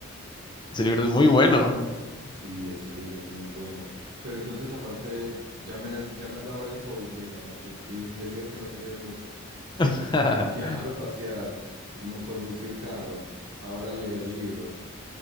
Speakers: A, on the left (about 20°); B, on the right (about 60°).
A: ese libro es muy bueno.
B: Sí, ese libro es muy bueno. Pero entonces, aparte, de- ya me, ya me has dado varios hobbies, mira, me dice- dice- decías que no tenías mucho.
A: <laughs>
B: Viajar o pasear, mo- conducir carro, ahora leer libros.